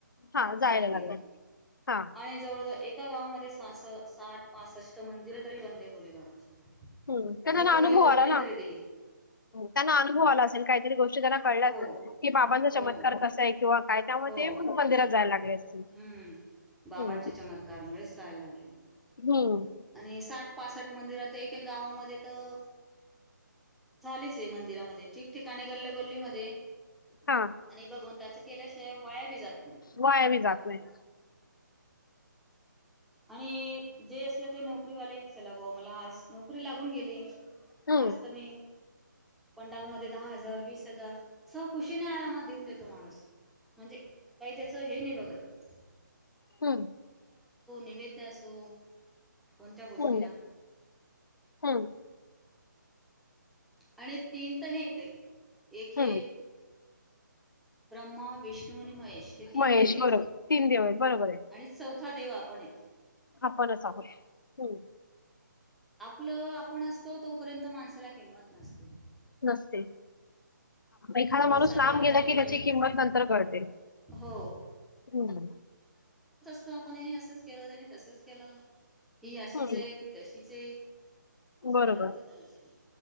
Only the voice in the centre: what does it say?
जात गेले
आणि जवळ जवळ एका गावामध्ये सास साठ पासष्ट मंदिर <inaudible> बाबाची.
म्हणजे कोणी
वर्गणी
तरी दिली
हो
हो
हो
हम्म बाबांच्या
चमत्कारमुळेच जायला लागले मंदिरात
आणि साठ पासठ मंदिर तर एक एक गावामध्ये तर झालीच आहे मंदिरामध्ये ठिकठिकाणी गल्लो गल्ली मध्ये
आणि भगवंताच केल्यास ते वाया बी जात नाय
आणि जे असले ते नौकरी वाले चला बाबा मला आज नोकरी लागून गेली
आज तर मी पंडालमध्ये दहा हजार वीस हजार सह खुशीने आरामात देऊन देतो माणूस म्हणजे काही त्याच हे नाही बघत
वैद असो कोणत्या गोष्टीला
आणि तीन तर हे येतय एक हे
ब्रह्मा विष्णू आणि महेश हे तीन
देवेत
आणि चौथा देव आपण हेत
आपलं आपण असतो तो तोपर्यंत माणसाला किंमत नसते
अ
चांगला
आहे
वाईट
हो
ो आपण यानी असंच केलं त्यानी तसंच केलं ही अशीच
आहे ती तशी विजय असं
त्याला बोलतच असत